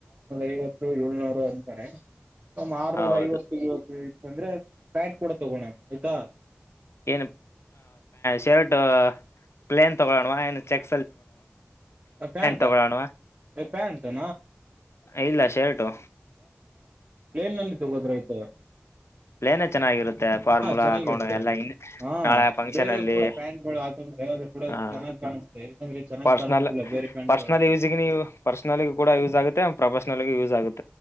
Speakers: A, on the right (about 40°); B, on the left (about 80°).
A: ಐವತ್ತು ಏಳ್ನೂರು ಅಂತಾರೆ ಸಮ್ ಆರ್ನೂರ
B: ಹೌದು
A: ಐವತ್ತಿಗೆ ಅಂದ್ರೆ ಪ್ಯಾಂಟ್ ಕೂಡ ತಗೋಣ ಆಯ್ತಾ
B: ಏನು ಶರ್ಟ್ ಪ್ಲೇನ್ ತಗೋಲಾಣ್ವ ಚೆಕ್
A: ಪ್ಯಾಂಟ್
B: ತಗೊಳೋಣವಾ
A: ಪ್ಯಾಂಟ್ನಾ
B: ಇಲ್ಲ ಶರ್ಟು
A: ಪ್ಲೇನ್ಲ್ಲಿ ತಗೋದ್ರೆ ಆಯ್ತು
B: ಪ್ಲೇನ ಚೆನ್ನಾಗಿರುತ್ತೆ ಫಾರ್ಮುಲಾ
A: ಚೆನ್ನಾಗಿರುತ್ತೆ
B: ಹಾಕೊಂಡ್ ಎಲ್ಲ ಇ
A: ಹಾ
B: ನಾಳೆ ಫಂಕ್ಷನ್
A: ಬೇರೆ
B: ಅಲ್ಲಿ
A: ಕೂಡ ಪ್ಯಾಂಟ್ ಗಳು ಹಾಕಂದ್ರೆ ಅದು ಕೂಡ
B: ಹ
A: ಚೆನ್ನಾಗ್ ಕಾಣಿಸುತ್ತೆ ಯಾಕಂದ್ರೆ ಚೆನ್ನಾಗ್
B: ಪರ್ಸನಲ್
A: ಕಾಣಸೋದಿಲ್ಲ ಬೇರೆ ಪ್ಯಾಂಟ್
B: ಪರ್ಸನಲ್
A: ಗಳು
B: ಯೂಸ ನೀವು ಪರ್ಸನಲ್ ಕೂಡ ಯೂಸ್ ಆಗುತ್ತೆ ಪ್ರೊಫೆಷನಲ್ ನಲಿಗೂ ಯೂಸ್ ಆಗುತ್ತೆ